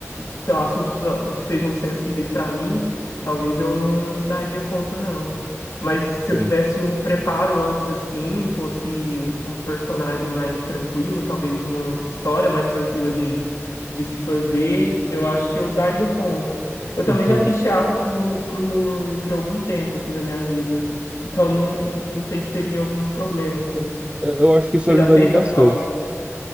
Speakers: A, on the left; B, on the right.
A: sei lá, assuntos que sejam sensíveis pra mim, talvez eu não daria conta, não. Mas se
B: Pô,
A: eu tivesse um preparo antes, assim, fosse personagem mais tranquilo, talvez uma história mais tranquila de, de se fazer, eu acho que eu daria conta. Eu também
B: entendo.
A: já fiz teatro por, por, por algum tempo, assim, da minha vida. Então, não, não sei se seria algum problema, assim.
B: É, Eu acho que isso
A: Você
B: ajudaria
A: já fez
B: bastante.
A: a- algo,